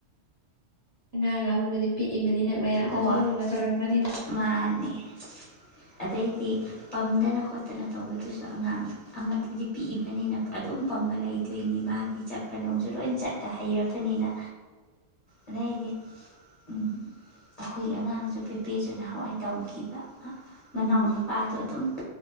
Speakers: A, on the right (about 15°); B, on the left (about 35°).
A: ꯅꯉꯥꯡ ꯑꯃꯗꯨꯗꯤ ꯄꯤꯛꯏꯕꯅꯤꯅ ꯃꯌꯥꯝꯅꯁꯨ
B: ꯍꯣꯏ
A: ꯂꯨꯅ ꯇꯧꯔꯝꯒꯅꯤꯗꯣ
B: ꯃꯥꯅꯦ ꯑꯗꯩꯗꯤ ꯄꯝꯗꯅ ꯈꯣꯠꯇꯅ ꯇꯧꯕꯗꯨꯁꯨ ꯑꯉꯥꯡ ꯑꯃꯗꯨꯗꯤ ꯄꯤꯛꯏꯕꯅꯤꯅ ꯑꯗꯨꯝ ꯄꯝꯃ ꯂꯩꯗꯣꯏꯅꯤ ꯃꯥ ꯗꯤ ꯆꯠꯄ ꯅꯨꯡꯁꯨ ꯂꯣꯏ ꯆꯠꯇ ꯍꯩꯔꯕꯅꯤꯅ ꯑꯗꯩꯗꯤ ꯎꯝ ꯑꯩꯈꯣꯏꯒꯤ ꯑꯉꯥꯡꯁꯨ ꯄꯦꯄꯦꯁꯨ ꯅꯍꯥꯟꯋꯥꯏ ꯇꯧꯈꯤꯕ ꯃꯅꯥꯎ
A: ꯎꯝ
B: ꯅꯨꯄꯥꯗꯣ ꯑꯗꯨꯝ